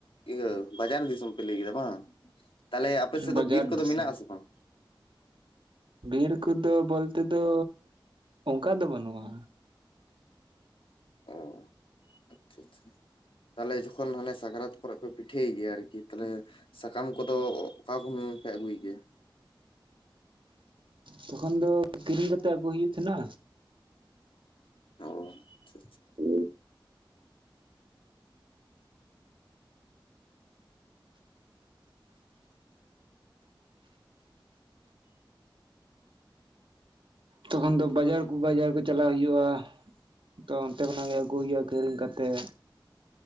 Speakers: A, on the left; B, on the right.
A: ᱤᱭᱟᱹ ᱵᱟᱡᱟᱨ ᱫᱤᱥᱚᱢ ᱯᱮ ᱞᱟᱹᱭ ᱠᱮᱫᱟ ᱵᱟᱝ, ᱛᱟᱦᱞᱮ ᱟᱯᱮ ᱥᱮᱫ
B: ᱵᱟᱡᱟᱨ
A: ᱫᱚ ᱵᱤᱨ
B: ᱫᱤᱥᱚᱢ
A: ᱠᱚᱫᱚ ᱢᱮᱱᱟᱜ-ᱟ ᱥᱮ ᱵᱟᱝ
B: ᱵᱤᱨ ᱠᱚᱫᱚ ᱵᱚᱞᱛᱮ ᱫᱚ ᱚᱱᱠᱟ ᱫᱚ ᱵᱟᱹᱱᱩᱜᱼᱟ
A: ᱚ ᱟᱪᱪᱷᱟ ᱟᱪᱪᱷᱟ, ᱛᱟᱦᱚᱞᱮ ᱡᱚᱠᱷᱚᱱ ᱦᱟᱞᱮ ᱥᱟᱠᱨᱟᱛ ᱠᱚᱨᱮ ᱯᱮ ᱯᱤᱴᱷᱟᱹᱭ ᱜᱮᱭᱟ ᱟᱨᱠᱤ ᱛᱟᱦᱚᱞᱮ ᱥᱟᱠᱟᱢ ᱠᱚᱫᱚ ᱚᱠᱟ ᱠᱚᱦᱚᱸ ᱯᱮ ᱟᱹᱜᱩᱭ ᱜᱮᱭᱟ?
B: ᱛᱚᱠᱷᱚᱱ ᱫᱚ ᱠᱤᱨᱤᱧ ᱠᱟᱛᱮ ᱟᱹᱜᱩᱭ ᱦᱩᱭᱩᱜ ᱛᱟᱦᱮᱸᱱᱟ᱾
A: ᱚ ᱟᱪᱪᱷᱟ ᱟᱪᱪᱷᱟ
B: ᱦᱮᱸ ᱛᱚᱠᱷᱚᱱ ᱫᱚ ᱵᱟᱡᱟᱨ ᱠᱚ ᱵᱟᱡᱟᱨ ᱠᱚ ᱪᱟᱞᱟᱣ ᱦᱩᱭᱩᱜᱼᱟ᱾ ᱛᱚ ᱚᱱᱛᱮ ᱠᱷᱚᱱᱟᱜ ᱜᱮ ᱟᱹᱜᱩ ᱦᱩᱭᱩᱜ-ᱟ, ᱠᱤᱨᱤᱧ ᱠᱟᱛᱮᱜ᱾